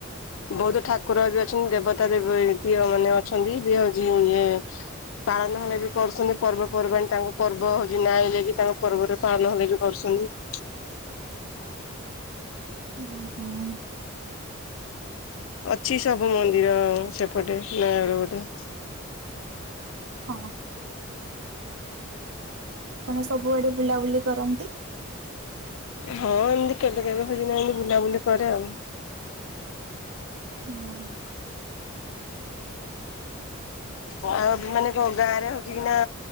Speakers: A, on the left; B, on the right.
A: ବୌଦ୍ଧ ଠାକୁର ବି ଅଛନ୍ତି ଦେବତା ଦେ ଦିଅ ମାନେ ଅଛନ୍ତି ଯିଏ ହଉଛି ଇଏ ପାଳନ ହେଲେ ବି କରୁଛନ୍ତି ପର୍ବପର୍ବାଣି ତାଙ୍କ ପର୍ବ ହଉଛି ନାଁଲୋଗି ତାଙ୍କ ପର୍ବରେ ପାଳନ ହେଲେକ କରୁଛନ୍ତି।
B: ହୁଁ ହୁଁ।
A: ଅଛି ସବୁ ମନ୍ଦିର ସେପଟେ ନୟାଗଡ ଗଟେ।
B: ହଁ। ଆପଣ ସବୁଆଡେ ବୁଲାବୁଲି କରନ୍ତି?
A: ହଁ ଏମିତି କେବେ କେବେ ହେରିନା ଏମିତି ବୁଲାବୁଲି କରେ ଆଉ।
B: ହୁଁ ହୁଁ।
A: ଆଉ ମାନେ କ ଗାଁ ରେ ହଉଛି କିନା